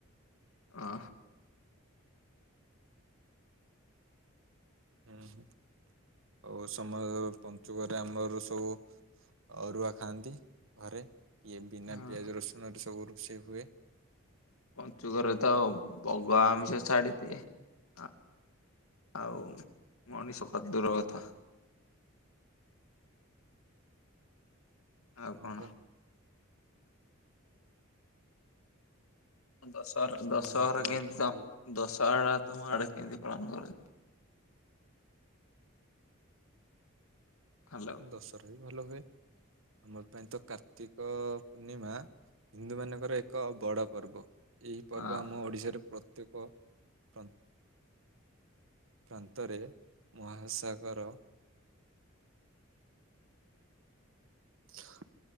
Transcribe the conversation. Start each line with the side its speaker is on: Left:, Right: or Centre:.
Left: ଆଁ।
Right: ହୁଁ-ହୁଁ ଆଉ ସମରକୁ ପଞ୍ଚୁକରେ ଆମର ସବୁ ଅରୁଆ ଖାଆନ୍ତି ଘରେ, ଏ ବିନା
Left: ହଁ
Right: ପିଆଜ ରସୁଣରେ ସବୁ ରୋଷେଇ ହୁଏ।
Left: ପଞ୍ଚୁକରେ ତ ବଗ ଆମିଷ ଛାଡିଦିଏ ଆଁ। ଆଉ ମଣିଷ କତ ଦୂର କଥା। ଆଉ
Right: ହଁ
Left: କଣ?
Right: ପା
Left: ଦଶହରା
Right: ଆଉ
Left: ଦଶହରା
Right: ଆମେ ତ
Left: କେମତି
Right: କାର୍ତ୍ତିକ
Left: ତମ଼ ଦଶହରା ତମ ଆଡେ କେମତି ପାଳନ କରା ହ୍ୟାଲୋ
Right: ଦଶହରା ବି ଭଲ ହୁଏ। ଆମ ପାଇଁ ତ କାର୍ତ୍ତିକ ପୂର୍ଣ୍ଣିମା ହିନ୍ଦୁମାନଙ୍କର ଏକ ବଡ଼ ପର୍ବ, ଏହି ପର୍ବ
Left: ହଁ
Right: ଆମ ଓଡ଼ିଶାରେ ପ୍ରତ୍ୟେକ ପ୍ରନ୍ ପ୍ରାନ୍ତରେ ମହାସାଗର <unintelligible>